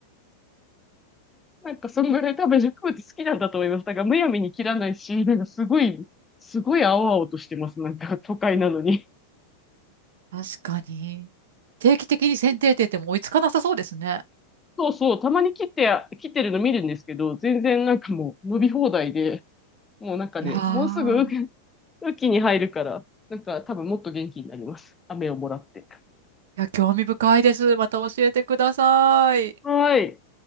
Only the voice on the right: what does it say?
確かに。定期的に剪定って言っても追いつかなさそうですね。
いやー、
いや、興味深いです。また教えてください。